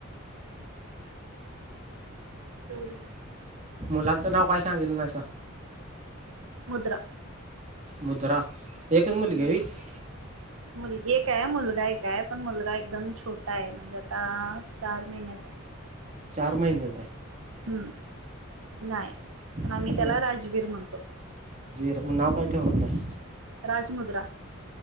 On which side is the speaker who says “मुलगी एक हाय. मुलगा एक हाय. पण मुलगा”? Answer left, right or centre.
Right